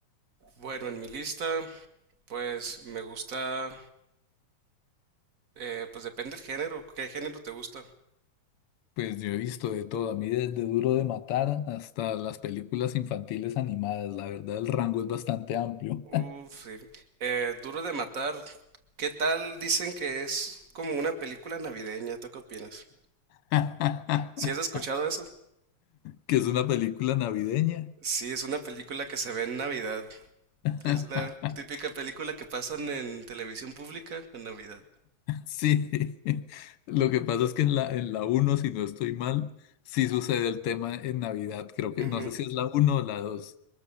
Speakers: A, on the right; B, on the left.
A: Bueno, en mi lista Pues me gusta, eh, pues depende del género, ¿qué género te gusta?
B: Pues yo he visto de todo, a mí desde Duro de Matar hasta las películas infantiles animadas. La verdad, el rango es bastante amplio.
A: Uf, sí. Eh, Duro de Matar, ¿qué tal? Dicen que es como una película navideña, ¿tú qué opinas?
B: <laughs>
A: ¿Si has escuchado eso?
B: Que es una película navideña.
A: Sí, es una película que se ve en Navidad.
B: <laughs>
A: Es la típica película que pasan en televisión pública en Navidad.
B: Sí, lo que pasa es que en la, en la uno si no estoy mal, sí sucede el tema en Navidad. Creo que
A: Ujú,
B: no sé si es la uno o la 2